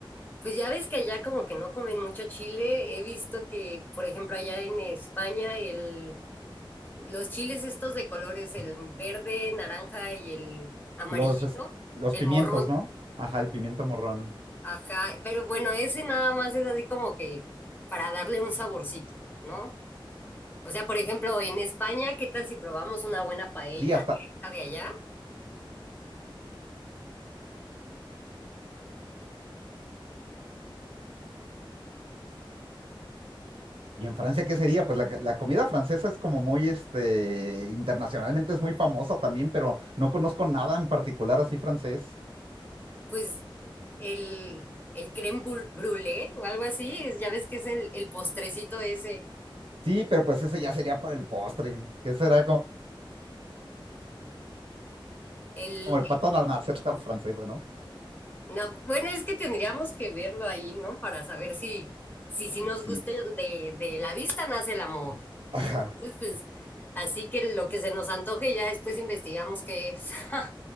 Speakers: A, on the left; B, on the right.
A: Pues ya ves que allá como que no comen mucho chile. He visto que, por ejemplo, allá en España el los chiles estos de colores, el verde, naranja y el amarillito,
B: los, es- los
A: el
B: pimientos,
A: morrón,
B: ¿no? Ajá, el pimiento morrón.
A: ajá, pero bueno, ese nada más es así como que para darle un saborcito, ¿no? O sea, por ejemplo, en España, ¿qué tal si probamos una buena paella
B: Sí, hasta...
A: directa de allá?
B: ¿Y en Francia qué sería? Pues la, la comida francesa es como muy, este, internacionalmente es muy famosa también, pero no conozco nada en particular así francés.
A: Pues el, el crème brû- brûlée o algo así, es- ya ves que es el, el postrecito ese,
B: Sí, pero pues ese ya sería por el postre, que será como,
A: el,
B: como el pato a la <laughs> francesa, ¿no?
A: No, bueno, es que tendríamos que verlo ahí, ¿no? Para saber si, si, si nos
B: Sí.
A: gusta de, de la vista nace el amor.
B: <laughs> Ajá.
A: Y entonces, pues, así que lo que se nos antoje ya después investigamos qué es. <laughs>